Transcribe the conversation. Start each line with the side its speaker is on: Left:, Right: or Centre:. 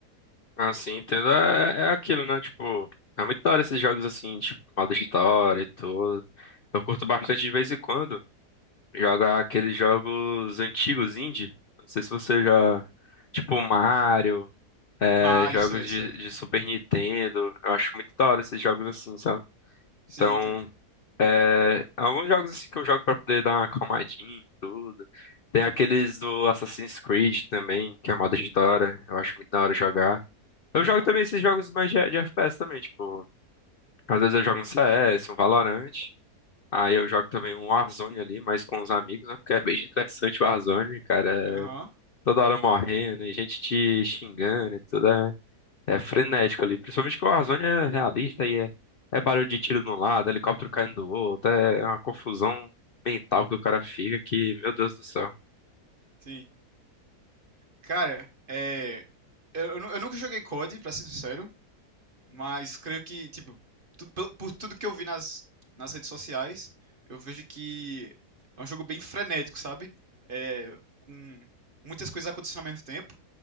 Left: assim, entendo, é, é aquilo, né? Tipo, é muito da hora esses jogos assim, tipo, modo história e tudo. Eu curto bastante de vez em quando jogar aqueles jogos antigos indie. Não sei se você já. Tipo, Mario.
Right: Mario,
Left: é, jogos
Right: sei,
Left: de,
Right: sei.
Left: de Super Nintendo. Eu acho muito da hora esses jogos assim, sabe?
Right: Sim,
Left: Então,
Right: entende.
Left: é, alguns jogos assim que eu jogo pra poder dar uma acalmadinha e tudo. Tem aqueles do Assassin's Creed também, que é moda de da hora. Eu acho muito da hora jogar. Eu
Right: Não.
Left: jogo também esses jogos mais de, de FPS também, tipo, às vezes eu jogo um CS, um Valorant. Aí eu jogo também um Warzone ali, mas com os amigos, né? Porque é bem <laughs> interessante o Warzone, cara. É
Right: Aham,
Left: toda hora morrendo e gente te xingando e tudo. é É frenético ali. Principalmente que o Warzone é realista e é, é barulho de tiro de um lado, helicóptero caindo do outro. É uma confusão mental que o cara fica que, meu Deus do céu.
Right: sim. Cara, é. Eu, eu nu- eu nunca joguei COD, pra ser sincero, mas creio que, tipo, tu- pe- por tudo que eu vi nas, nas redes sociais, eu vejo que é um jogo bem frenético, sabe? É, com muitas coisas acontecendo ao mesmo tempo.